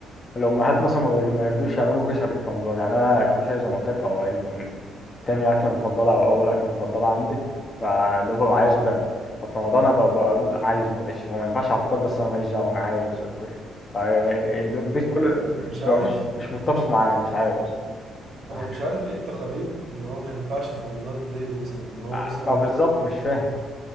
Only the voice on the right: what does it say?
هو
أنا مش عارف
مش
أنا مش عارف إيه التقاليد إن هو ما ينفعش في رمضان ليه مثلا إن هو مثلا